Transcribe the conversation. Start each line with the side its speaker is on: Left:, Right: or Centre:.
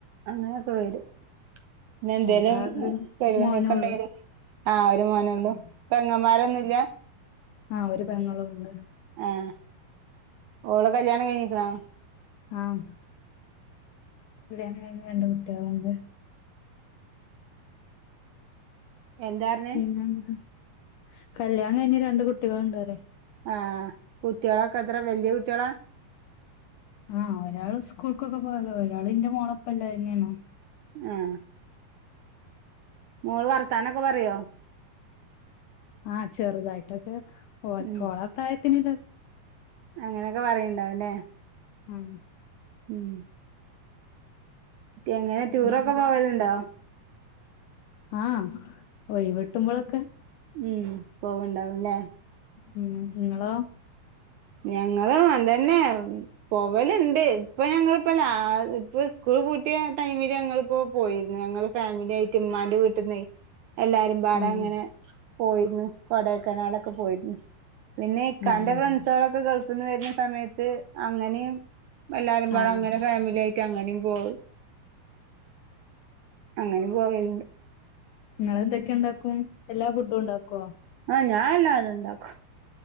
Right: അങ്ങനെക്കെ വെരും പിന്നെ എന്തേലും
Left: ഞങ്ങളാകെ ഒരു
Right: പരുപാടിക്കണ്ടെല്
Left: മോനേ ഉള്ളൂ
Right: ആഹ ഒരു മോനേള്ളൂ
Left: ഉം
Right: പെങ്ങന്മാരൊന്നുല്ല
Left: ആഹ് ഒരു പെങ്ങളുംണ്ട്
Right: ആഹ് ഓളെ കല്യാണം കയിഞ്ഞിക്ന്നോ
Left: ആഹ് ഇ രണ്ട് കുട്ടികളുണ്ട്
Right: എന്താർഞ്ഞ്
Left: പിന്നെന്ത് കല്യാണം കഴിഞ് രണ്ട് കുട്ടികളുണ്ടോലെ
Right: ആഹ് കുട്ടികളൊക്കെ എത്ര വല്യ കുട്ടികളാ
Left: ആഹ് ഒരാള് സ്കൂൾക്കൊക്കെ പോയതാ ഒരാള് ന്റെ മോളൊപ്പല്ല ന്നെയാണ്
Right: ആഹ് മോൾ വർത്താനൊക്കെ പറയോ
Left: ആഹ് ചെറുതായിട്ടൊക്കെ ഓ
Right: ഉം
Left: ഓള പ്രായത്തിന്
Right: അങ്ങനൊക്കെ പറയ്ണ്ടാവുല്ലേ
Left: ആഹ്
Right: ഉം എങ്ങനെ ടൂറൊക്കെ
Left: പിന്നെന്താ
Right: പോവല്ണ്ടോ
Left: ആഹ് ഒഴിവ് വെട്ടുമ്പോഴൊക്കെ
Right: ഉം പോവണ്ടാവുംല്ലേ
Left: ഉം നിങ്ങളോ
Right: ഞങ്ങള് എന്തന്നെ പവലുണ്ട് ഇപ്പൊ ഞങ്ങിപ്പ ല ഇപ്പ സ് പൂട്ടിയ ടൈമില് ഞങ്ങളിപ്പോ പോയിരുന്നു ഞങ്ങള് ഫാമിലിയുടെയും ഇമ്മാന്റെ വീട്ടിൽന്ന് എല്ലാരും വാട
Left: ആഹ്
Right: അങ്ങനെ പോയിന്ന് കൊടയക്കനാടൊക്കെ പോയിരുന്നു പിന്നെ ഇക്കാന്റെ
Left: ഉം
Right: ഫ്രണ്ട്സുകളൊക്കെ ഗൾഫ്ന്ന് വര്ന്ന സമയത്ത് അങ്ങനെയും എല്ലാരും പാട
Left: ആഹ്
Right: അങ്ങെ ഫാമിലി ആയി അങ്ങനെ പോവാ അങ്ങനെ പോവണ്ട്
Left: നിങ്ങെന്തൊക്കെയ ഉണ്ടാക്കും എല്ലാ ഫുഡും ഉണ്ടാക്കോ
Right: ആഹ് ഞാനല്ലാതും ണ്ടാക്കും